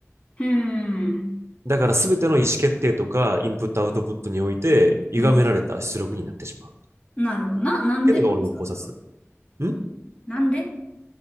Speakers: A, on the left; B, on the right.
A: うん。
B: だから全ての意思決定とか、インプットアウトプットにおいて、歪められた出力になってしまう。
A: うん。
B: っ
A: なるほど。な、なんでなんですか、
B: ていうのが俺の考察。
A: それは。
B: ん
A: なんで